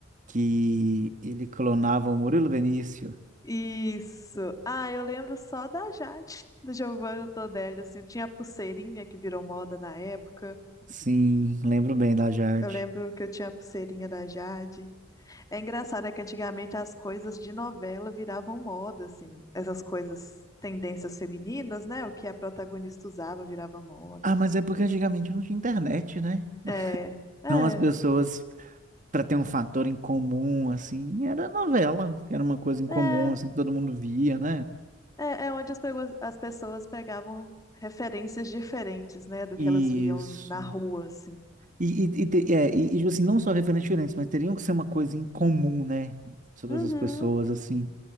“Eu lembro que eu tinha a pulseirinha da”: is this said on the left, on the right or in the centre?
Left